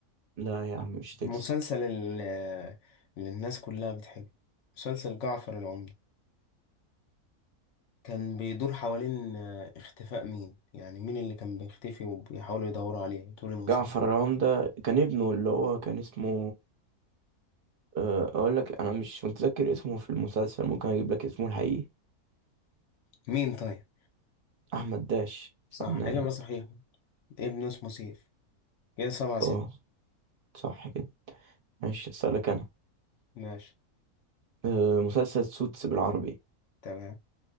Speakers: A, on the right (about 50°); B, on the left (about 60°).
A: لا يا عم مش تكسب
B: المسلسل اللي, اللي الناس كلها بتحبه مسلسل جعفر العمدة كان بيدور حوالين آه، اختفاء مين يعني مين اللي كان بيختفي وبيحاولوا يدوروا عليه طول الموسم
A: جعفر العمدة كان ابنه اللي هو كان اسمه أه أقول لك أنا مش متذكر اسمه في المسلسل ممكن أجيب لك اسمه الحقيقي
B: مين طيب
A: أحمد داش
B: صح
A: فنان
B: حاجة ما صحيحة ابنه اسمه سيف كده سبعة ستة
A: اه صح كده ماشي أسألك أنا
B: ماشي
A: أه مسلسل سوتس بالعربي
B: تمام